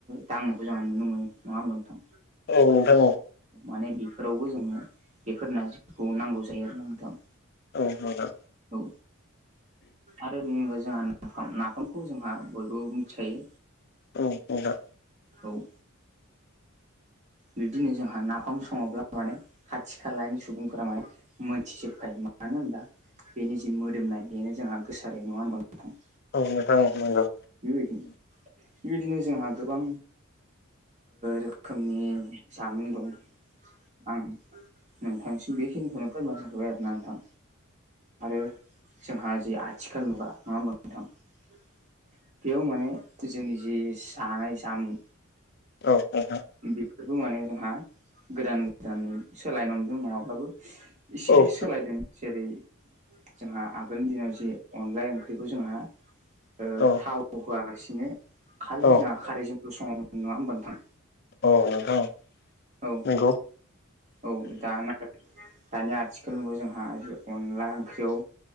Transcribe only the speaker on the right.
दांनायखौ जोंहा नुनो मोनो नङा मोनथां
माने बेफोरावबो जोङो बेफोरना जिखौ नांगौ जायो आरो नोंथां
औ आरो बेनि अनगाव जोंहा नाफाम नाफामखौ जोंहा बयबो मिथिखायो
औ बिदिनो जोंहा नाफाम सङोब्ला माने खाथि खालानि सुबुंफोरा माने मोनथिजोबखायो मानो होनब्ला बेनि जि मोदोमनाय बेनो जोंहा गोसारै नङा होनबा नोंथां
बेबायदिनो बेबायदिनो जोंहा गोबां रोखोमनि जामुं दं आं नोंथांसिम बेखिनिखौनो फोरमाय हरबाय आरो ना नोंथां आरो जोंहा जे आथिखाल मुगा नंङा होमबा थ बेयाव माने जोंनि जि जानाय जामुं
बेफोरबो माने जोंहा गोदान गोदानै सोलायनो हमदों नंङाब्लाबो
एसे
सोलायदों जेरै जोंहा आगोलनि दिनाव जि अनलाय ओंख्रिखौ जोंहा ओ
थाव होआलासिनो खालि
जोंहा खारैजोंल संङोमोन नङा होमबा नोंथां
औ
औ दाना दानिया आथिखाल नु जोंहा अनला ओंख्रियाव